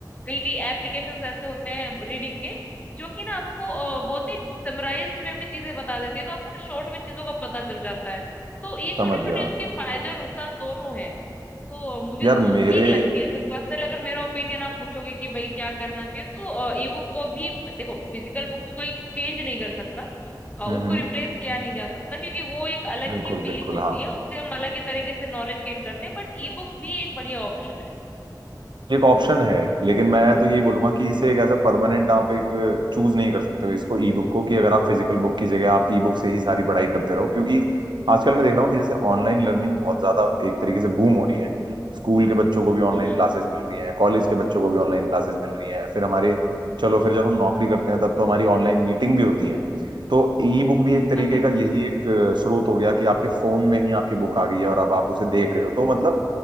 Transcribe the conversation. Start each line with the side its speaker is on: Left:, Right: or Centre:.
Left: कई कई एप्लीकेशंस ऐसे होते हैं रीडिंग के जो कि ना आपको अ, बहुत ही समराइज्ड वे में चीजें बता देती है तो आपको ना शॉर्ट में चीजों का पता चल जाता है तो ये
Right: समझ
Left: छोटे छोटे
Right: गया
Left: उसके फायदे और नुकसान दोनों हैं तो अ, मुझे
Right: यार
Left: तो
Right: मेरे
Left: ठीक लगती है जैसे पर्सनल अगर मेरा ओपिनियन आप पूछोगे कि भाई क्या करना चाहिए तो ई बुक को भी देखो फिजिकल बुक को कोई चेंज नहीं कर सकता अ,
Right: हम्म
Left: उसको
Right: हम्म
Left: रिप्लेस किया नहीं जा सकता क्योंकि वो एक अलग
Right: बिल्कुल
Left: ही फीलिंग
Right: बिल्कुल
Left: होती
Right: हाँ
Left: है उससे हम अलग ही तरीके से नॉलेज गेन करते हैं बट ई बुक भी एक बढ़िया ऑप्शन है
Right: एक ऑप्शन है लेकिन मैं तो यही बोलूंगा कि इसे एक ऐसा परमानेंट आप एक चूज नहीं कर सकते हो इसको ई बुक को कि अगर आप फिजिकल बुक की जगह आप ई बुक से ही सारी पढ़ाई करते रहो क्योंकि आजकल मैं देख रहा हूँ कि जैसे ऑनलाइन लर्निंग बहुत ज्यादा एक तरीके से बूम हो रही है स्कूल के बच्चों को भी ऑनलाइन
Left: हम्म
Right: क्लासेस मिल रही हैं कॉलेज के बच्चों को भी ऑनलाइन क्लासेस मिल रही हैं फिर हमारे चलो फिर जब हम नौकरी करते हैं तब तो हमारी ऑनलाइन मीटिंग भी होती हैं तो ई बुक भी एक तरीके
Left: हाँ हाँ
Right: का यही एक अ, स्रोत हो गया कि आपके फोन में ही आपकी बुक आ गई है और अब आप उसे देख रहे हो तो मतलब